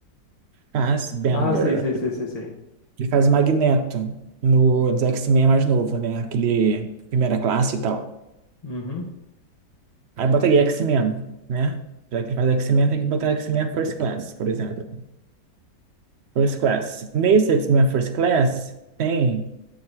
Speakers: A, on the right (about 75°); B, on the left (about 30°).
A: Fassbender.
B: Ah, sei, sei, sei, sei, sei.
A: Ele faz o Magneto no dos X-Men mais novo, né? Aquele primeira classe e tal.
B: Uhum.
A: Aí botaria X-Men, né? Já que ele faz X-Men, tem que botar X-Men First Class, por exemplo. First Class. Nesse X-Men First Class, tem